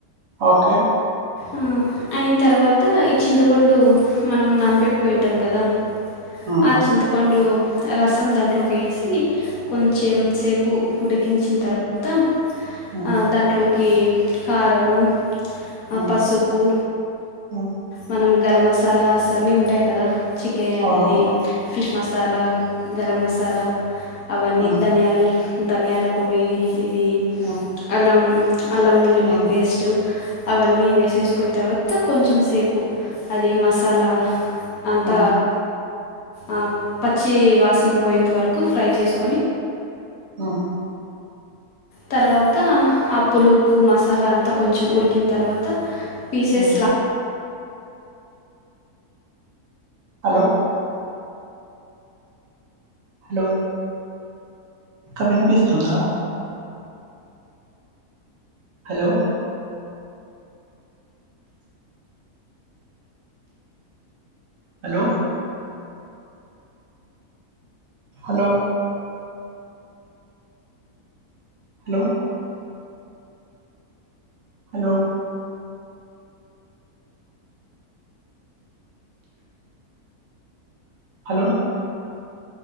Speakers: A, on the right (about 60°); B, on the left (about 70°).
A: ఓకే
B: అ అయిన తర్వాత ఈ చింతపండు మనం నానపెట్టుకొనింటాం కదా
A: ఉమ్
B: ఆ చింతపండు రసం దాంట్లోకి వేసి కొంచెం సేపు ఉడికించిన తర్వాత
A: ఉమ్
B: ఆ దాంట్లోకి కారము ఆ
A: ఉమ్
B: పసుపు
A: ఉమ్
B: మనం గరం మసాలాస్ అన్నీ ఉంటాయి కదా చికె
A: అవును
B: అది ఫిష్ మసాలా గరం మసాలా అవన్నీ
A: ఉమ్
B: ధనియాల్ ధనియాల పొడి ఇది
A: ఉమ్
B: అల్లం అల్లం వెల్లుల్లి
A: ఉమ్
B: పేస్టు అవన్నీ వేసేసుకోయినా తర్వాత కొంచం సేపు అది మసాలా అంత
A: ఉమ్
B: ఆ పచ్చి వాసనా పోయేంత వరకు ఫ్రై చేసుకొని
A: ఆ
B: తర్వాత ఆ పులుపు మసాలా అంతా కొంచం ఉడికిన తర్వాత పీసేస్లా
A: ఉమ్ హలో హలో అక్క వినిపిస్తుందా hello hello hello hello hello hello